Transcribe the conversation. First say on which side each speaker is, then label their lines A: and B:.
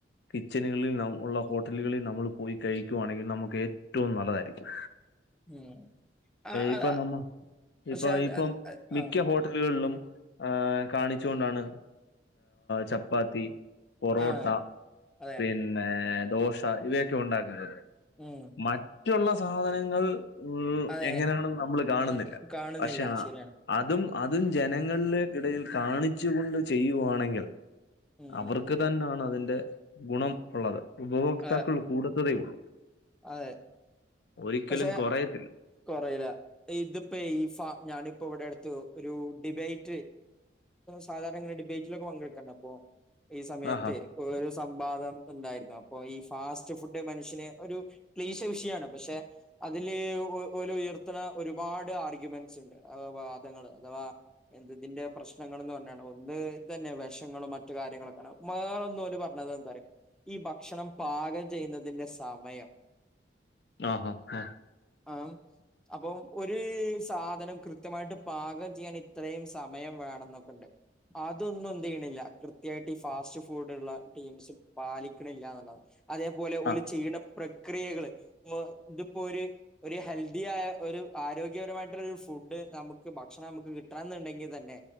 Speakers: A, on the left; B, in the centre.
A: കിച്ചണുകളിൽ ഉള്ള ഹോട്ടലുകളിൽ നമ്മൾ പോയി കഴിക്കുവാണെങ്കിൽ നമുക്ക് ഏറ്റവും നല്ലതായിരിക്കും
B: ഉം ആ ആ
A: ഇപ്പൊ
B: ആ,
A: നമ്മ
B: പക്ഷെ
A: ഇപ്പൊ
B: അത്
A: ഇപ്പം
B: അത് അത്
A: മിക്ക
B: ആ
A: ഹോട്ടലുകളിലും ആഹ് കാണിച്ചു കൊണ്ടാണ് ചപ്പാത്തി പൊറോട്ട
B: ആ അതെ
A: പിന്നെ ദോശ ഇവയൊക്കെ ഉണ്ടാക്കുന്നത്
B: ഉം
A: മറ്റുള്ള സാധനങ്ങൾ ഉം
B: അതെ
A: എങ്ങനെയാണെന്ന് നമ്മൾ കാണുന്നില്ല
B: ആ, കാണുന്നില്ല
A: പക്ഷെ
B: ശരിയാണ്
A: അതും അതും ജനങ്ങളുടെക്കിടയിൽ കാണിച്ചു കൊണ്ട് ചെയ്യുയാണെങ്കിൽ
B: ഉം
A: അവർക്ക് തന്നെയാണ് അതിന്റെ ഗുണം ഉള്ളത് ഉപഭോക്താക്കൾ
B: അതെ
A: കൂടുത്തതേ ഉള്ളൂ
B: അതെ
A: ഒരിക്കലും
B: പക്ഷെ
A: കുറയത്തില്ല
B: കൊറയില്ല ഇതിപ്പോ ഈ ഫ ഞാനിപ്പോ ഇവിടെ അടുത്ത് ഒരു ഡിബേറ്റ് സാധാരണ ങ്ങനെ ഡിബേറ്റിലൊക്കെ അപ്പൊ പങ്കെടുക്കാം പ്പോ ഈ സമയത്ത്
A: ആഹാ
B: ഒരു സംവാദം ഉണ്ടായിരുന്നു അപ്പൊ ഈ ഫാസ്റ്റ് ഫുഡ് മനുഷ്യ ഒരു ക്ലീശ വിഷയാണ് പക്ഷെ അതില് പോലെ ഉയർത്തുന്ന ഒരുപാട് ആർഗ്യുമെന്റ്സ് ഉണ്ട് അ വാദങ്ങള് അഥവാ എന്തിന്റെ പ്രശ്നങ്ങൾ എന്ന് പറഞ്ഞാണ് ഒന്ന് ഇത് തന്നെ വിശങ്ങളും മറ്റു കാര്യങ്ങളൊക്കെയാണ് മകളൊന്ന പോല പറഞ്ഞത് എന്ത റിയോ ഈ ഭക്ഷണം പാകം ചെയ്യുന്നതിന്റെ സമയം
A: ആഹ് ആഹ്
B: ആഹ് അപ്പൊ ഒരു സാധനം കൃത്യമായിട്ട് പാകം ചെയ്യാൻ ഇത്രയും സമയം വേണം എന്നൊക്കെുണ്ട് അതൊന്നും എന്ത്യ്യണില്ല കൃത്യമായിട്ട് ഈ ഫാസ്റ്റ് ഫുഡള്ള ടീംസ് പാലിക്കണില്ലന്ന്ണ് അതേപോലെ ഓല്
A: ആ.
B: ചെയ്യുന്ന പ്രക്രിയകള് ഇതിപ്പോ ഒരു ഹെൽ പ്രതിയായ ഒരു ആരോഗ്യപരമായിട്ടുള്ള ഒരു ഫുഡ് നമുക്ക് ഭക്ഷണം നമുക്ക് കിട്ടണം എന്നുണ്ടെങ്കി തന്നെ